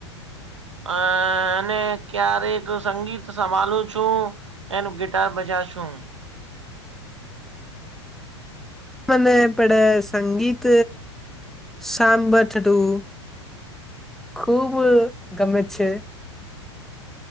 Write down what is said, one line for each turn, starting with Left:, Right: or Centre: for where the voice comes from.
Right: અ અને ક્યારેક સંગીત સંભળું છું એ ગિટાર બજાશું.
Centre: મને પડે સંગીત સાંભડું ખૂબ ગમે છે.